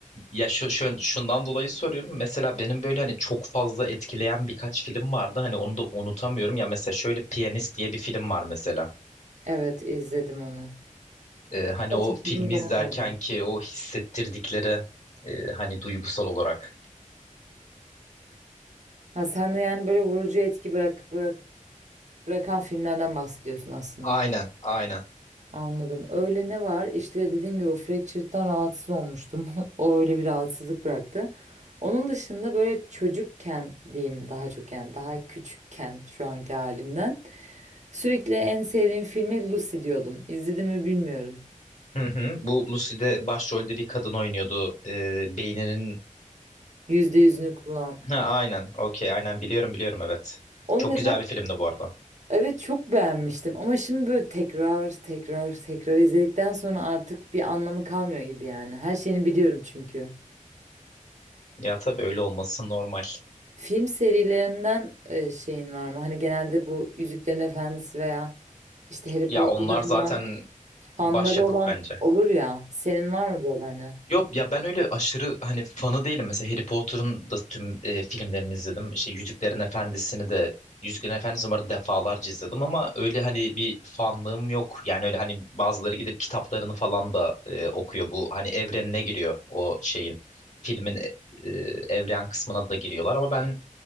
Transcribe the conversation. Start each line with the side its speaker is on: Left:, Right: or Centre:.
Left: Ya şu, şu- şundan dolayı soruyorum. Mesela benim böyle hani çok fazla etkileyen birkaç film vardı. Hani onu da unutamıyorum. Ya mesela şöyle Piyanist diye bir film var mesela.
Right: evet izledim onu.
Left: Ee, hani o
Right: Çok
Left: filmi
Right: uzun zaman
Left: izlerken
Right: oldu.
Left: ki o hissettirdikleri e, hani duygusal olarak.
Right: Ha sen de yani böyle vurucu etki bırak bırak Bırakan filmlerden bahsediyorsun aslında.
Left: Aynen, aynen.
Right: Anladım. Öyle ne var? İşte dediğim gibi o fractured'dan rahatsız olmuştum. <laughs> O öyle bir rahatsızlık bıraktı. Onun dışında böyle çocukken diyeyim daha çok yani daha küçükken şu anki halimden sürekli en sevdiğim filmi Lucy diyordum. İzledim mi bilmiyorum.
Left: Hı hı. Bu Lucy'de başrolde bir kadın oynuyordu. Ee, beyninin...
Right: Yüzde yüzünü kullan.
Left: Ha, aynen. Okey. Aynen biliyorum biliyorum evet.
Right: Onu
Left: Çok
Right: mesela
Left: güzel bir filmdi bu arada.
Right: evet çok beğenmiştim ama şimdi böyle tekrar tekrar tekrar izledikten sonra artık bir anlamı kalmıyor gibi yani. Her şeyini biliyorum çünkü.
Left: Ya tabii öyle olması normal.
Right: Film serilerinden e, şeyin var mı? Hani genelde bu Yüzüklerin Efendisi veya işte Harry
Left: Ya
Right: Potter'da
Left: onlar
Right: falan
Left: zaten
Right: fanları
Left: başyapıt
Right: olan
Left: bence.
Right: olur ya. Senin var mı böyle hani?
Left: Yok ya ben öyle aşırı hani fanı değilim. Mesela Harry Potter'ın da tüm e, filmlerini izledim. İşte Yüzüklerin Efendisi'ni de Yüzüklerin Efendisi'ni bu arada defalarca izledim ama öyle hani bir fanlığım yok. Yani öyle hani bazıları gidip kitaplarını falan da e, okuyor. Bu hani evrenine giriyor o şeyin. Filmin e, e, evren kısmına da giriyorlar ama ben